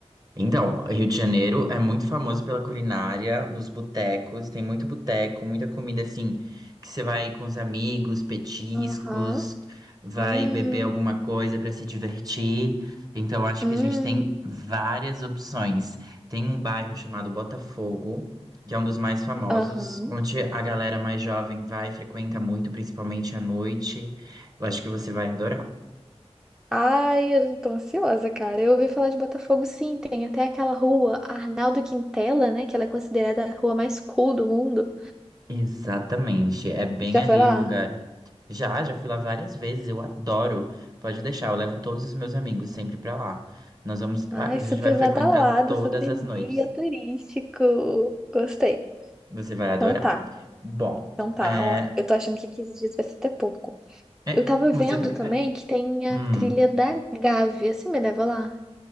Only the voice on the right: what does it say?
Então, Rio de Janeiro é muito famoso pela culinária, nos botecos, tem muito boteco, muita comida assim, que você vai com os amigos, petiscos,
vai
beber alguma coisa para se divertir. Então, acho
que a gente tem várias opções. Tem um bairro chamado Botafogo, que é um dos mais famosos,
onde a galera mais jovem vai, frequenta muito, principalmente à noite. Eu acho que você vai adorar.
Exatamente, é bem
ali
o lugar. Já, já fui lá várias vezes, eu adoro. Pode deixar, eu levo todos os meus amigos sempre pra lá. Nós vamos,
ah, a gente
vai frequentar
todas
as noites.
Você vai adorar.
Bom,
é,
é,
você
vai
ver.
Hum,